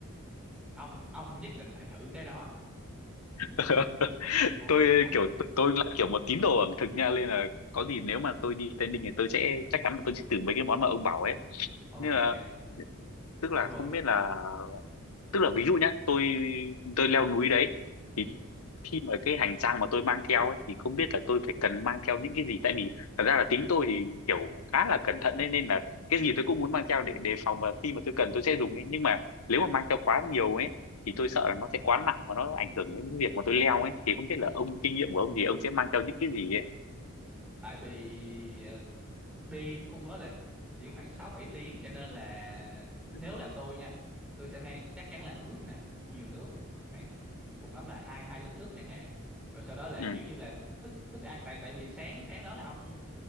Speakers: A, in the centre; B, on the left.
A: ông ông nhất định phải thử cái đó
B: <laughs>
A: ủa
B: tôi
A: ủa
B: kiểu tôi, tôi là kiểu một tín đồ ẩm thực nha nên là có gì nếu mà tôi đi Tây Ninh thì tôi sẽ chắc chắn là tôi sẽ thử mấy cái món mà ông bảo ấy
A: ok
B: nên là tức
A: ủa
B: là
A: rồi
B: không biết là tức là ví dụ nhá tôi tôi leo núi đấy
A: ừ
B: thì khi mà cái hành trang mà tôi mang theo ấy, thì không biết là tôi phải cần mang theo những cái gì tại vì thật ra là tính tôi thì kiểu khá là cẩn thận ấy, nên là cái gì tôi cũng muốn mang theo để đề phòng mà khi mà tôi cần tôi sẽ dùng ấy nhưng mà nếu mà mang theo quá nhiều ấy thì tôi sợ là nó sẽ quá nặng và nó ảnh hưởng đến cái việc mà tôi leo ấy thì không biết
A: ừ
B: là ông kinh nghiệm của ông thì ông sẽ mang theo những cái gì ấy
A: tại vì ờ, đi cái cung đó là chỉ khoảng sáu bảy tiếng cho nên là nếu
B: ừ
A: là tôi nha tôi sẽ mang chắc chắn là nước nè nhiều nước khoảng cùng lắm là hai hai lít nước chẳng hạn rồi sau đó là
B: ừ ừ
A: kiểu như là thức thức ăn tại tại vì sáng sáng đó là ông